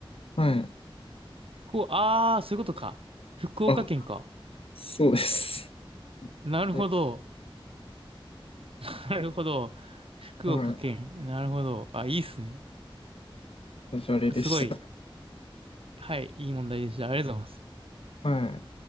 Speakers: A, on the left; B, on the right.
A: あはい。
B: 福岡、あー、そういうことか。福岡県か。
A: あ。あ、そうです。
B: なるほど。
A: え、
B: <laughs> なるほど。福岡県。
A: はい。
B: なるほど。あ、いいっすね。
A: ダジャレでした。
B: すごい。はい、いい問題でした。ありがとうございます。
A: はい。